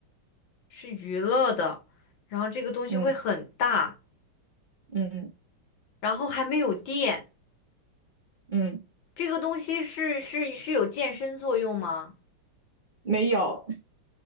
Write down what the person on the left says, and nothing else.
是娱乐的，然后这个东西会很大，
然后还没有电。
这个东西是是是有健身作用吗？